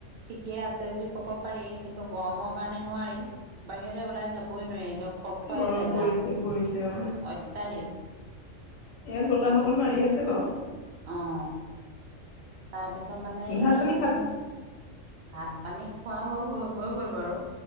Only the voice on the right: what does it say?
ঠিকেই আছে বুলি কব পাৰি কিন্তু গৰমৰ কাৰণে নোৱাৰি। বাহিৰলৈ ওলাই যাবই নোৱাৰি একে ফৰ ফৰাই
যাই
গাটো উম
অত্যাধিক।
অত্যা
অ'। তাৰপিছত মানে এই
মোৰ
ভাত প-নী খোৱা হৈ হৈ হৈ গ'ল বাৰু।